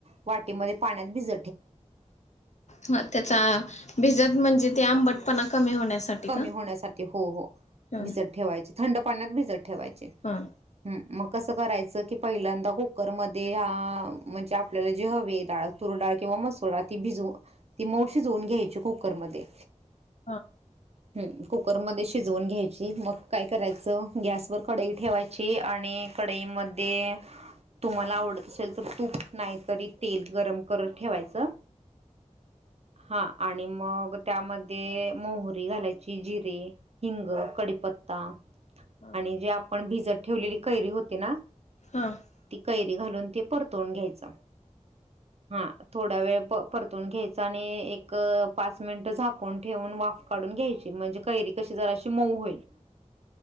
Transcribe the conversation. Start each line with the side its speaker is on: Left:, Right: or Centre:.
Right: वाटीमध्ये पाण्यात भिज
Left: ह त्याचा भिजत म्हणजे ते आंबटपणा कमी होण्यासाठी
Right: कमी
Left: का
Right: होण्यासाठी हो हो
Left: ह
Right: भिजत ठेवायचे थंड पाण्यात भिजत ठेवायचे्
Left: हा
Right: मग कसं करायचं की पहिल्यांदा कुकर मध्ये हा म्हणजे आपल्याला जे हवे डाळ तूरडाळ किंवा मसुरडा ती भिजून ति मंऊ शिजवून घ्यायची कुकरमध्ये
Left: हा
Right: ह् कुकरमध्ये शिजवून घ्यायची मग काय करायचं गॅस वर कडाई ठेवायची आणि कडईमध्ये तुम्हाला आवड असल तर तूप नाही तरी तेल गरम करत ठेवायचं हा आणि मग त्यामध्ये मोहरी घालायची जिरे, हिंग, कढीपत्ता,
Left: हा
Right: आणी जे आपण भिज त ठेवलेली कैरी होती ना
Left: हा
Right: ती कैरी घालून ते परतून घ्यायच. ह <inaudible> हा थोडा वेळ प परतून घ्यायचा आणि एक पाच मिनिटं झाकून ठेवून वाफ काढून घ्यायची. म्हणजे कैरी कशी जराशी मऊ होईल